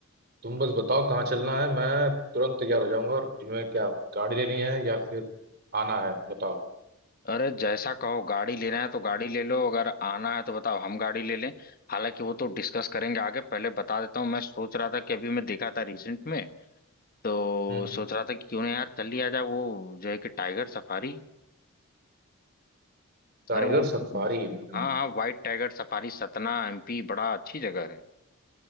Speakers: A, on the right (about 45°); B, on the left (about 40°).
A: तुम बस बताओ कहाँ चलना है मैं तुरंत तैयार हो जाऊंगा और तुम्हें क्या गाड़ी लेनी है या फिर आना है बताओ
B: अरे जैसा कहो गाड़ी लेना है तो गाड़ी ले लो अगर आना है तो बताओ हम गाड़ी ले लें हालांकि वो तो डिस्कस करेंगे आगे पहले बता देता हूँ मैं सोच रहा था कि अभी मैं देखा था रिसेंट में तो
A: हम्म हम्म
B: सोच रहा था कि क्यों ना यार चल लिया जाए वो जो है कि टाइगर सफारी
A: Tiger
B: अरे वो
A: safari हम्म।
B: हाँ हाँ white tiger safari Satna MP बड़ा अच्छी जगह है